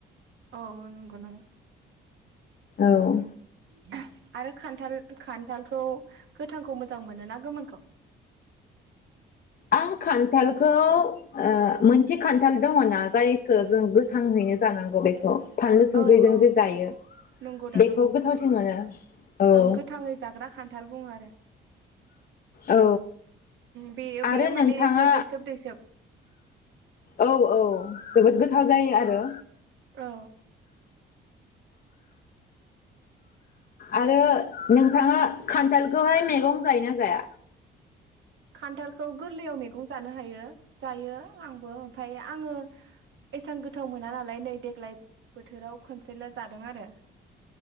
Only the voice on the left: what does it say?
औ
आं खान्थालखौ ओ मोनसे खान्थाल दङना जायखौ जों गोथांहैनो जानांगौ बेखौ फानलु संख्रिजों
जे जायो
बेखौ
गोथावसिन मोनो औ
औ
आरो
नोंथाङा
औ औ जोबोद गोथाव जायो आरो
आरो नोंथाङा खान्थालखौहाय मैगं जायो ना जाया